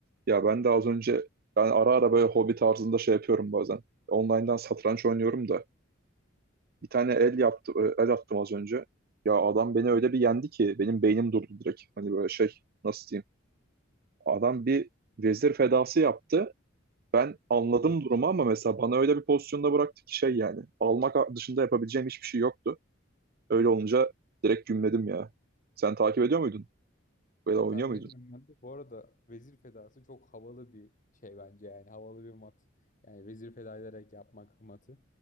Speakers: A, on the right; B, on the left.
A: Ya ben de az önce ben ara ara böyle hobi tarzında şey yapıyorum bazen. Online'dan satranç oynuyorum da bir tane el yaptı e, el attım az önce. Ya adam beni öyle bir yendi ki benim beynim durdu direkt. Hani böyle şey nasıl diyeyim? Adam bir vezir fedası yaptı. Ben anladım
B: Oo.
A: durumu ama mesela bana öyle bir pozisyonda bıraktı ki şey yani almak dışında yapabileceğim hiçbir şey yoktu. Öyle olunca direkt gümledim ya. Sen takip ediyor muydun? Böyle
B: Evet
A: oynuyor
B: takip
A: muydun?
B: ediyorum ben de. Bu arada Vezir Fedası çok havalı bir şey bence yani havalı bir mat. Yani Vezir Feda ederek yapmak matı.